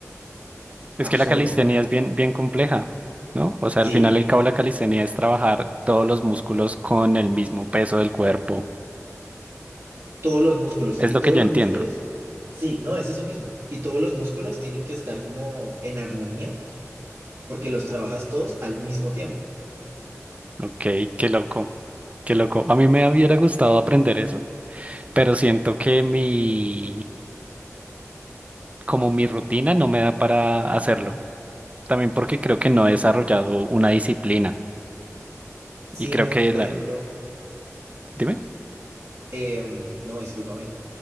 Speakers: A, on the right; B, on the right.
A: Es
B: absurdo.
A: que la calistenia es bien, bien compleja, ¿no? O sea,
B: Sí,
A: al final el cabo de la calistenia es trabajar todos los músculos con el mismo peso del cuerpo.
B: todos los músculos
A: Es
B: y
A: lo
B: todos
A: que yo
B: los
A: entiendo.
B: músculos, sí, no, es eso mismo. Y todos los músculos tienen que estar como en armonía porque los trabajas todos al mismo tiempo.
A: Ok, qué loco. Qué loco. A mí me hubiera gustado aprender eso. pero siento que mi, como mi rutina no me da para hacerlo. También porque creo que no he desarrollado una disciplina
B: si
A: y creo
B: no,
A: que
B: por
A: la,
B: ejemplo,
A: dime,
B: em, no, discúlpame.